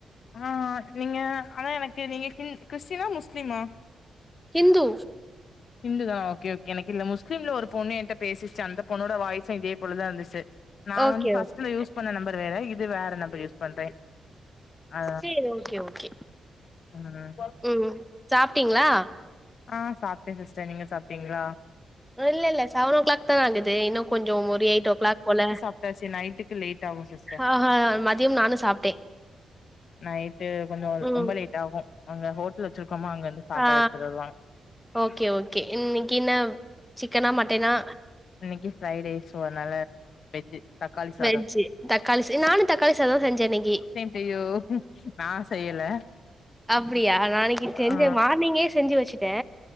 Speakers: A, on the left; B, in the centre.
A: ஆ நீங்க ஆனா எனக்கு நீங்க கிறி கிறிஸ்டினா முஸ்லிமா
B: ஹிந்து
A: இந்துதானா ஓகே ஓகே எனக்கு இந்த முஸ்லிம்ல ஒரு பொண்ணு என்ட்ட பேசிச்சு அந்த பொண்ணோட வாய்ஸு இதே போலதா இருந்துச்சு நா
B: ஓகே
A: வந்து ஃபர்ஸ்ட்ல
B: ஓகே
A: யூஸ் பண்ண நம்பர் வேற இது வேற நம்பர் யூஸ் பண்றே ஆ
B: சேரி ஓகே ஓகே
A: ம்
B: ம் சாப்டீங்ளா
A: ஆ சாப்டே சிஸ்டர் நீங்க சாப்டீங்ளா
B: இல்லெல்ல செவனோ க்ளாக் தான ஆகுது இன்னு கொஞ்சோ ஒரு எயிட் ஓ கிளாக் போல
A: பொட்டாசி நைட்டுக் க்கு லேட் ஆவு சிஸ்டர்
B: ஆ ஹா மதியம் நானு சாப்டே
A: நைட்டு கொஞ்சோ
B: ம்
A: ரொம்ப லேட் ஆகு அங்க ஹோட்லு வச்சுருக்கோமா அங்கருந்து சாப்பாடு
B: ஆ
A: எட்த்துட்டு வருவாங்க
B: ஓகே ஓகே இன்னிக்கின்னா சிக்கனா மட்டனா
A: இன்னக்கி ஃப்ரை டே ஸோ அன்னால நான் வெஜ்ஜு தக்காளி சாதம்
B: வெஜ்ஜு தக்காளி ச நானு தக்காளி சாதோ செஞ்சே இன்னக்கி
A: சேம் டு யூ நா செய்யல
B: அப்டியா நா இன்னக்கி செஞ்சே
A: ஆ
B: மார்னிங்கே செஞ்சு வச்சு ட்டே